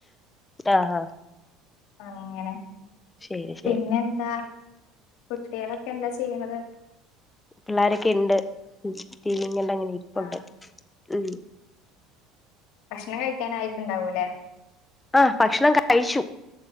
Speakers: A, on the left; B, on the left.
A: ആഹ് ആഹ്
B: അങ്ങനെ
A: ശരി ശരി
B: പിന്നെ എന്താ കുട്ടികളൊക്കെ എന്താ ചെയ്യണത്
A: പിള്ളാരൊക്കെ ഉണ്ട്ങ്ങന പ്പുണ്ട്
B: ആഹ്
A: ഉ
B: ഭക്ഷണം കഴിക്കാനായിട്ടുണ്ടാവൂലെ
A: ആഹ ഭക്ഷണം കഴിച്ചു